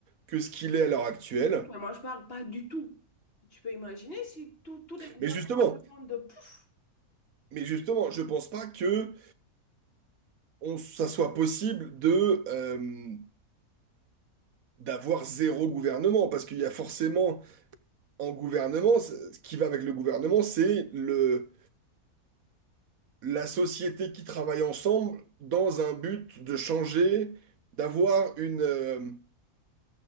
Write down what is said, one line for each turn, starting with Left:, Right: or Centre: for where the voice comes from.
Right: que ce qu'il est à l'heure actuelle.
Left: mais moi je parle pas du tout. Tu peux imaginer si tous tous les gouvernements
Right: Mais justement,
Left: du monde, pouf!
Right: mais justement, je pense pas que on- ça soit possible de euh, d'avoir zéro gouvernement parce qu'il y a forcément en gouvernement, c'est- ce qui va avec le gouvernement, c'est le la société qui travaille ensemble dans un but de changer, d'avoir une, euh,